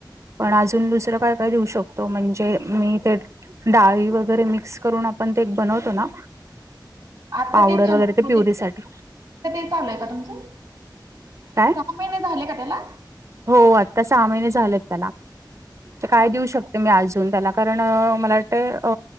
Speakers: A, on the right; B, on the right.
A: पण अजून दुसरं काय काय देऊ शकतो म्हणजे मी ते. डाळी वगैरे मिक्स करून आपण ते एक बनवतो ना.
B: आता
A: पावडर
B: तेच्या
A: वगैरे
B: म्हणजे
A: ते प्युरीसाठी
B: ते चालय का तुमचं?
A: काय?
B: सहा महिने झाले का त्याला.
A: हो आता सहा महिने झालेत त्याला तर काय
B: हा
A: देऊ शकते मी अजून त्याला. कारण अ मला वाटतंय अ